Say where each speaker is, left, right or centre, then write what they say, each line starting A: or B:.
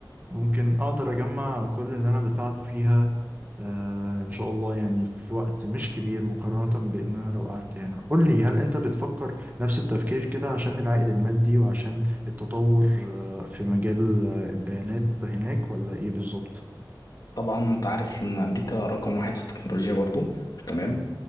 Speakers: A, on the right (about 20°); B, on the left (about 55°).
A: ممكن أقدر أجمع كل اللي أنا دفعته فيها آه إن شاء الله يعني في وقت مش كبير مقارنة بإن أنا لو قعدت هنا قول لي هل أنت بتفكر نفس التفكير كده عشان العائد المادي وعشان التطور آه في مجال آه البيانات هناك ولا إيه بالظبط؟
B: طبعا انت عارف ان امريكا رقم واحد في التكنولوجيا برضو تمام